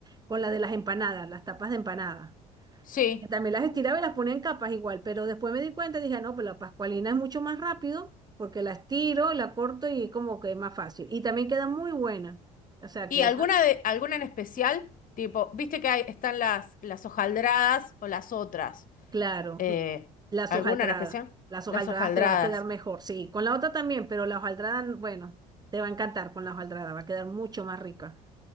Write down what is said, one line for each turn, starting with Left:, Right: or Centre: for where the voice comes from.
Right: con la de las empanadas, las tapas de empanada
Left: Sí.
Right: que También las estiraba y las ponía en capas igual, pero después me di cuenta y dije, "Ah, no, pues la pascualina es mucho más rápido porque la estiro, la corto y como que es más fácil. Y también queda muy buena. O sea
Left: ¿Y
Right: que
Left: alguna
Right: esa,
Left: de, alguna en especial? Tipo, viste que hay, están las, las hojaldradas o las otras.
Right: claro,
Left: Eh,
Right: las
Left: ¿alguna
Right: hojaldradas.
Left: en especial?
Right: Las hojaldradas
Left: Las hojaldradas.
Right: te va a quedar mejor. Sí, con la otra también, pero la hojaldrada, bueno, te va a encantar con la hojaldrada, va a quedar mucho más rica.